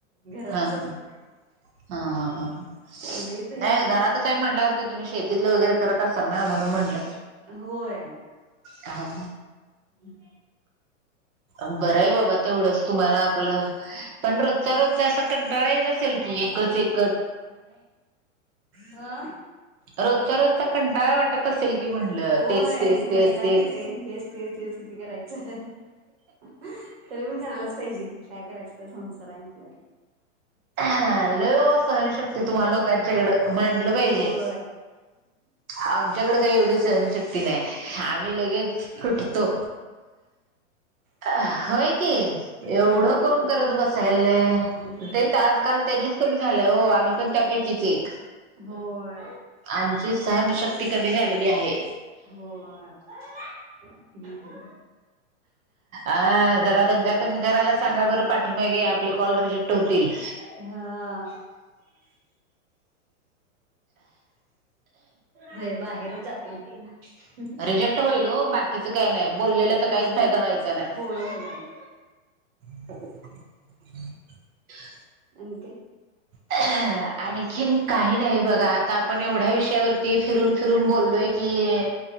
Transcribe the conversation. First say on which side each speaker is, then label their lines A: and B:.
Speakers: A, on the right; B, on the right.
A: घरातच
B: हा हा
A: असते.
B: हा ह ह ह
A: लईच हे
B: नाही
A: असलं
B: घरात
A: तर जाते
B: हाय म्हडल्यावरती तुम्ही शेतीतलं वगैरे करत असाल ना म्हणून म्हणल.
A: होय.
B: हा
A: हम्म
B: बरं आहे बाबा तेवढंच तुम्हाला आपलं, पण रोजचा रोजचा अस कंटाळा येतअसेल. एकच एक
A: हा
B: रोजचा रोजचा कंटाळा वाटत असेल की म्हणलं
A: होय
B: तेच तेच
A: वैतागयेत
B: तेच तेच
A: तेच तेच तेच किती करायचं. च हे हे ह तरी पण करालाच पाहिजे की, काय करायचं तर संसार आहे म्हटलं.
B: ह लय बाबा सहनशील तुम्हाला लोकांच्याकडं मानलं पाहिजे.
A: होय.
B: आमच्याकडे काही एवढी सहनशक्ती नाही आम्ही लगेच. फुटतो. अ होय की
A: होय
B: एवढं कोण करत बसत. तेच
A: हम्म.
B: आजकाल त्याजच कमी झालंय हो आम्ही पण त्यापैकीच एक.
A: होय
B: आमची सहनशक्ती कमी झालेली आहे.
A: होय ह्
B: अ जरा
A: करायलाच
B: दंगा कमी
A: पाहिजे.
B: करायला सांगा बरं पाठीमागे आपले कॉल रिजेक्ट होतील.
A: हा होय बाहेर जाते मी बोलायला.
B: रिजेक्ट होईल हो, बाकीचं काय नाही बोललेल्याचा
A: होय
B: काहीच फायदा व्हायचा नाही.
A: होय होय
B: <inaudible>
A: आणखीन काय?
B: ह आणखीन काही नाही बघा, आता आपण एवढ्या विषयावरती फिरून फिरून बोललो आहे की.